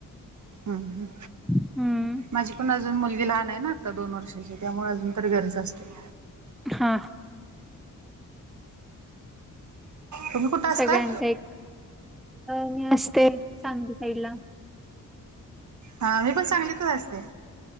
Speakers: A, on the right; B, in the centre.
A: हम् हम.
B: हम्म
A: माझी पण अजून मुलगी लहान आहे ना, आता दोन वर्षाची त्यामुळे अजून तरी गरीच असते.
B: हा.
A: तुम्ही कुठं असताय.
B: सगळ्यांचा एक अ मी असते सांगली साईड ला
A: हा मी पण सांगलीत असते.